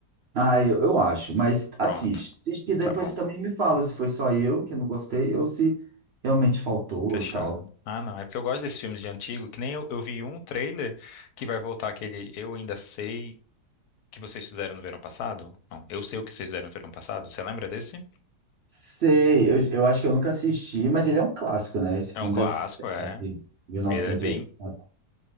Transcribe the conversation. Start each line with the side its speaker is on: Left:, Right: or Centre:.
Right: Ah, eu, eu acho, mas assiste.
Left: Pronto.
Right: Assiste que depois
Left: Tá bom.
Right: você também me fala se foi só eu que não gostei ou se realmente faltou
Left: Fechado.
Right: e tal.
Left: Ah, não. É porque eu gosto desses filmes de antigo, que nem eu, eu vi um trailer que vai voltar aquele Eu Ainda Sei que vocês fizeram no verão passado. Não, Eu Sei o que vocês fizeram no verão passado. Você lembra desse?
Right: Sei, eu, eu acho que eu nunca assisti, mas ele é um clássico, né? Esse
Left: É
Right: filme
Left: um clássico,
Right: deve ser, sei
Left: é.
Right: lá, de 1980.
Left: Ele é bem.